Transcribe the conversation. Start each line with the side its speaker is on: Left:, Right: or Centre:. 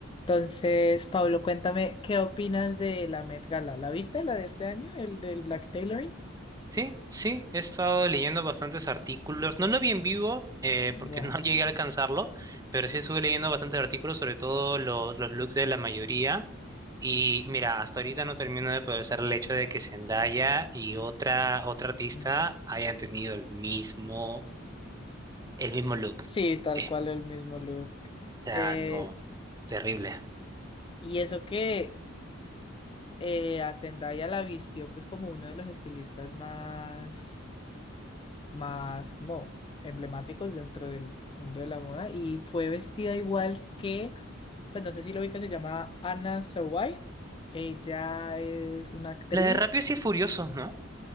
Left: Entonces, Pablo, cuéntame, ¿qué opinas de la Met Gala? ¿La viste, la de este año, el del Black Tailoring?
Right: Sí, sí, he estado leyendo bastantes artículos. No lo vi en vivo eh, porque
Left: Ya.
Right: no <laughs> llegué a alcanzarlo, pero sí estuve leyendo bastantes artículos, sobre todo los, los looks de la mayoría. Y mira, hasta ahorita no termino de procesar el hecho de que Zendaya y otra, otra artista
Left: Mm.
Right: hayan tenido el mismo, el mismo look.
Left: Sí, tal
Right: Eh,
Left: cual
Right: O
Left: el mismo look.
Right: sea,
Left: Eh,
Right: no, terrible.
Left: y eso que eh, a Zendaya la vistió pues como uno de los estilistas más, más como emblemáticos dentro del mundo de la moda y fue vestida igual que, pues no sé si lo ubicas, se llama Anna Sawai. Ella es una actriz
Right: La de Rápidos y Furiosos, ¿no?